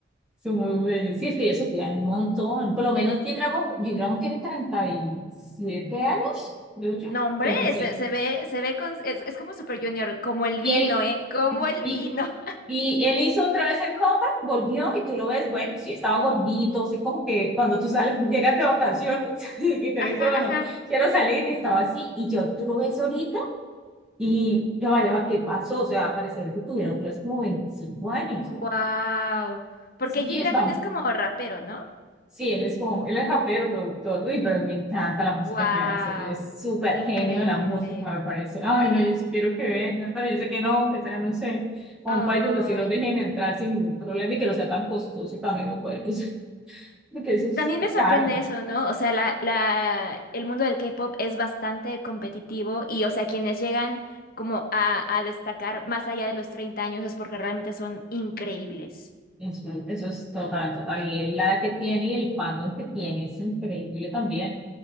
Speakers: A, in the centre; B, on the left (about 50°).
A: Son muy bellos. Sí, es que ellos se cuidan un montón. Por lo menos G-Dragon, G-Dragon tiene 37 años, creo yo.
B: No, hombre,
A: 36.
B: se, se ve, se ve con, es, es como Super Junior, como el
A: Y
B: vino,
A: él,
B: ¿eh? Como el
A: y,
B: vino. <laughs>
A: y él hizo otra vez el comeback, volvió y tú lo ves, bueno, sí, estaba gordito, así como que cuando tú sales, llegas de vacaciones <laughs> y te
B: Ajá,
A: dice, bueno,
B: ajá.
A: quiero salir y estaba así. Y yo, tú lo ves ahorita y yo, vaya, ¿qué pasó? O sea, pareciera que tuviera otra vez como 25 años.
B: wow Porque
A: Sí,
B: G-Dragon
A: es
B: es como rapero, ¿no?
A: Sí, él es como, él es rapero, productor. Uy, pero me encanta la música
B: wow
A: que hace. Él es súper
B: Increíble.
A: genio de la música, me parece. Ay, no, yo sí quiero que venga, pero yo sé que no, que sea, no sé, a
B: Ay.
A: un país donde sí nos dejen entrar sin ningún problema y que no sea tan costoso y también lo pueden usar, <laughs> porque eso es,
B: También
A: es
B: me sorprende
A: caro.
B: eso, ¿no? O sea, la, la, el mundo del K-pop es bastante competitivo y, o sea, quienes llegan como a, a destacar más allá de los 30 años es porque realmente son increíbles.
A: Eso, eso es total, total. Y él la edad que tiene y el fandom que tiene es increíble también.